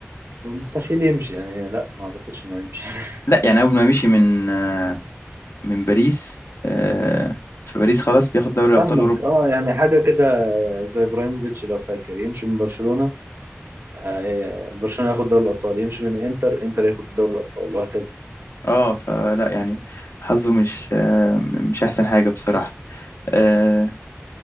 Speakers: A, on the right; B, on the left.
A: مستحيل يمشي يعني لا ما اعتقدش انه يمشي <laughs>
B: لا يعني اول ما مشي من آه، من باريس آه، فباريس خلاص بياخد دوري
A: فاهمك
B: ابطال اوروبا
A: اه يعني حاجه كده زي ابراهيموفيتش لو فاكر يمشي من برشلونه آه، برشلونه ياخد دوري الابطال يمشي من انتر انتر ياخد دوري الابطال وهكذا
B: اه فلا يعني حظه مش آه، مش احسن حاجة بصراحة آه،